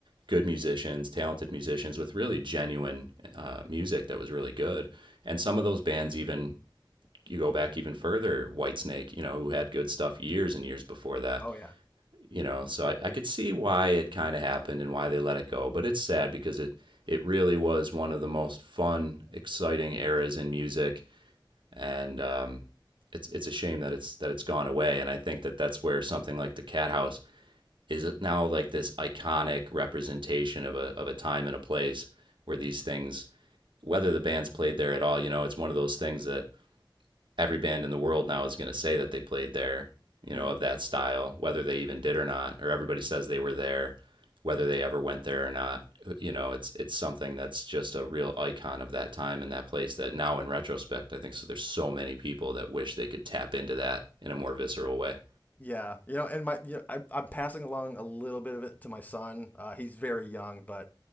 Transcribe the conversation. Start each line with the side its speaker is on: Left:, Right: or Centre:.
Right: good musicians, talented musicians with really genuine uh, music that was really good. And some of those bands, even you go back even further, Whitesnake, you know, who had good stuff years and years before that,
Left: Oh yeah.
Right: you know. So I, I could see why it kind of happened and why they let it go. But it's sad because it it really was one of the most fun, exciting eras in music, and um, it's it's a shame that it's that it's gone away. And I think that that's where something like the Cat House is it now like this iconic representation
Left: Yeah.
Right: of a of a time and a place where these things whether the band's played there at all, you know, it's one of those things that every band in the world now is going to say that they played there, you
Left: Mm.
Right: know, of that style, whether they even did or not, or everybody says they were there, whether they ever went there or not. You know, it's it's something that's just a real icon of that time and that place that now in retrospect, I think so there's so many people that wish they could tap into that in a more visceral way.
Left: Yeah. You know, and my you know, I, I'm passing along a little bit of it to my son. Uh, he's very young, but